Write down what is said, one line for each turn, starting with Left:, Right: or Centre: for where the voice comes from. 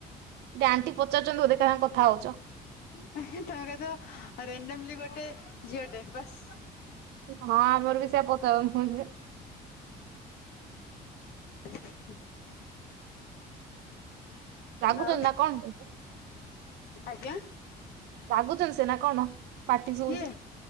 Right: ସେଠି ଆଣ୍ଟି ପଚାରୁଛନ୍ତି ବୋଧେ କାହା ସାଙ୍ଗେରେ କଥା ହଉଛ।
Left: ତମେ କହିଦବ ରାଣ୍ଡମ ଲି ଗୋଟେ ଝିଅଟେ ବାସ୍।
Right: ହଁ ଆମର ବି ସେୟା ପଚାରନ୍ତି <inaudible>
Left: <inaudible>
Right: ରାଗୁଛନ୍ତି
Left: ଆଉ
Right: ନା କଣ?
Left: ଆଜ୍ଞା।
Right: ରାଗୁଛନ୍ତି ସେ ନା କଣ। ପାଟି ଶୁଭୁଛି
Left: କିଏ